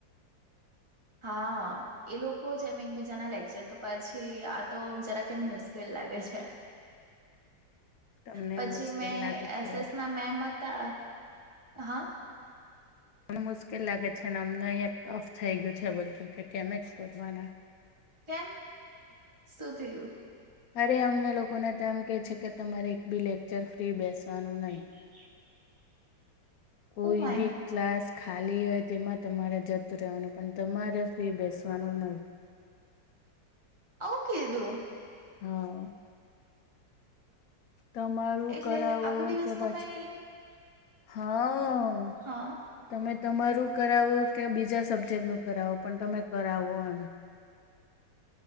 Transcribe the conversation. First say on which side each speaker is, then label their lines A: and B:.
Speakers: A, on the right; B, on the left.
A: હા એ લોકો જ એમ એકબીજાના લેક્ચર તો પછી આ તો જરા કેમ મિસ્કેલ લાગે છે.
B: તમને
A: પછી
B: મુશ્કેલ
A: મેં
B: લાગે છે
A: એસ એસ ના મેમ હતા હા
B: તને મુશ્કેલ લાગે છે ને અમને અહિયાં ટફ થઈ ગયું છે બધું કે કેમે ક કરવાના
A: કેમ શું થયું
B: અરે અમને લોકોને તો એમ કે છે કે તમારે એક બી લેક્ચર ફ્રી બેસવાનું નહી.
A: <inaudible>
B: કોઈ
A: ઓ માય
B: બી ક્લાસ ખાલી હોય તેમાં તમારે જતું રહેવાનું પણ તમારે ફ્રી બેસવાનું નય
A: આવ કીધું
B: હા તમારું
A: એટલે
B: કરાવો
A: આખો દિવસ
B: કે પછી
A: તમે
B: હા
A: હા
B: તમે તમારું કરાવો કે બીજા સબ્જેક્ટ નું કરાવો પણ તમે કરાવો એમ